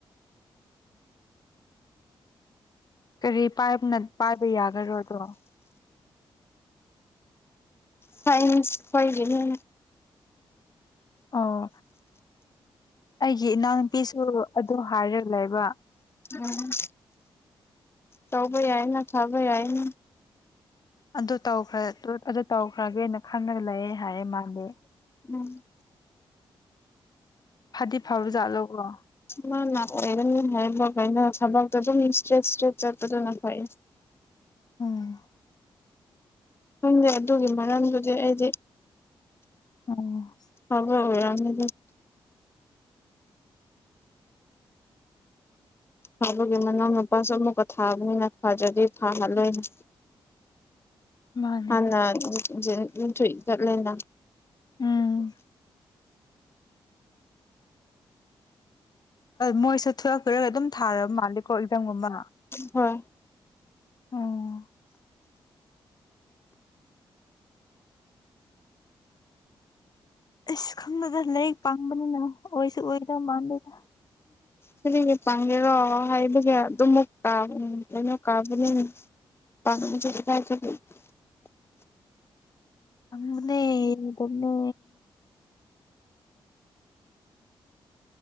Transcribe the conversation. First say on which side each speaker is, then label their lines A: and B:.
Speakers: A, on the left; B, on the left.
A: ꯀꯔꯤ ꯄꯥꯏꯕꯅ ꯄꯥꯏꯅ ꯌꯥꯒꯔꯣ ꯗꯨ
B: ꯁꯥꯏꯁꯟ ꯍꯣꯏꯒꯤꯅꯦ
A: ꯑꯥꯎ ꯑꯩꯒꯤ ꯏꯅꯥꯎ ꯅꯨꯨꯄꯤꯁꯨ ꯑꯗꯨ ꯍꯥꯏꯔ ꯂꯩꯕ
B: ꯎꯝ ꯇꯧꯕ ꯌꯥꯏꯅ ꯊꯥꯕ ꯌꯥꯏ
A: ꯑꯗꯨ ꯇꯧꯈ꯭ꯔ ꯑꯗꯨ ꯇꯧꯈ꯭ꯔꯒꯦꯅ ꯈꯪꯉꯒ ꯂꯩꯌꯦ ꯍꯥꯏꯌꯦ ꯃꯥꯗꯤ
B: ꯎꯝ
A: ꯐꯗꯤ ꯐꯕ ꯖꯥꯠꯂꯣꯀꯣ
B: ꯃꯥꯅ ꯑꯣꯏꯔꯅꯤ ꯍꯥꯏꯕ ꯀꯩꯅ ꯊꯕꯛꯇꯣ ꯑꯗꯨꯝ ꯏꯁꯇ꯭ꯔꯦꯠ ꯏꯁꯇ꯭ꯔꯦꯠ ꯆꯠꯄꯗꯨꯅ ꯐꯌꯦ
A: ꯎꯝ
B: ꯈꯪꯗꯦ ꯑꯗꯨꯒꯤ ꯃꯔꯝꯗꯨꯗꯤ ꯑꯩꯗꯤ
A: ꯎꯝ
B: <unintelligible> ꯊꯥꯕꯒꯤ ꯃꯅꯥꯎ ꯅꯨꯄꯥꯁꯨ ꯑꯃꯨꯛꯀ ꯊꯥꯕꯅꯤꯅ ꯊꯥꯗꯔꯗꯤ ꯊꯥꯍꯜꯂꯣꯏꯅ
A: ꯃꯥꯅꯦ
B: ꯍꯥꯟꯅ
A: ꯍꯣꯏ
B: <unintelligible>
A: ꯎꯝ ꯃꯣꯏꯁꯨ ꯇꯨꯋꯦꯜꯞ ꯂꯣꯏꯔꯒ ꯑꯗꯨꯝ ꯊꯥꯔꯕ ꯃꯥꯜꯂꯦꯀꯣ ꯑꯦꯛꯖꯥꯝꯒꯨꯝꯕ
B: ꯍꯣꯏ
A: ꯑꯣ ꯏꯁ ꯈꯪꯗꯦꯗ ꯂꯥꯏꯔꯤꯛ ꯄꯪꯕꯅꯤꯅ ꯑꯣꯏꯁꯨ ꯑꯣꯏꯗꯧ ꯃꯥꯟꯗꯦꯗ
B: ꯀꯔꯤꯒꯤ ꯄꯪꯒꯦꯔꯣ ꯍꯥꯏꯕꯒꯤ ꯑꯗꯨꯃꯨꯛ ꯇꯥꯕꯅꯤ ꯀꯩꯅꯣ ꯀꯥꯕꯅꯤꯅꯦ <unintelligible>
A: ꯄꯪꯕꯅꯦ <unintelligible> ꯅꯦ